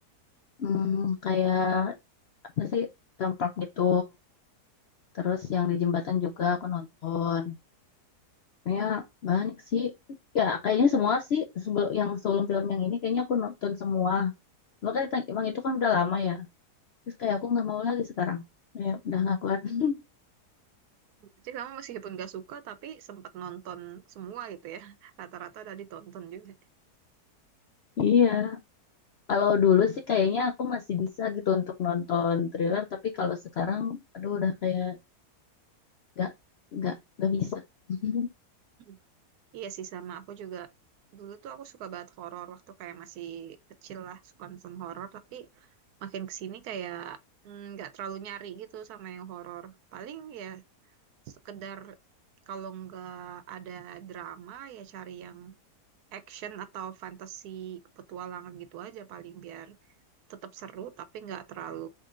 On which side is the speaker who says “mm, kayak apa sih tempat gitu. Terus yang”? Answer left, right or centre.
Left